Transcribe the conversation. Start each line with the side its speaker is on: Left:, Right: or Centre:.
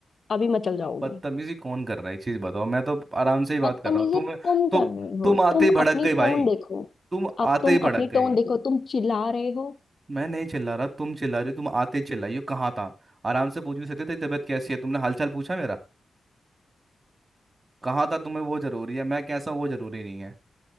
Left: अभी मचल जाओगे
Right: बदतमीजी कौन कर रहा है एक चीज बताओ मैं तो आराम से ही बात
Left: बदतमीजी
Right: कर रहा हूँ तुम
Left: तुम
Right: तुम
Left: कर रहे हो
Right: तुम आते
Left: तुम
Right: ही भड़क
Left: अपनी
Right: गई भाई
Left: टोन देखो
Right: तुम
Left: अब
Right: आते
Left: तुम
Right: ही भड़क
Left: अपनी
Right: गए
Left: टोन देखो तुम चिल्ला रहे हो
Right: मैं नहीं चिल्ला रहा तुम चिल्ला रही हो तुम आते ही चिल्लाई हो कहाँ था आराम से पूछ भी सकते थे तबीयत कैसी है तुमने हालचाल पूछा मेरा कहाँ था तुम्हें वो जरूरी है मैं कैसा हूँ, वो जरूरी नहीं है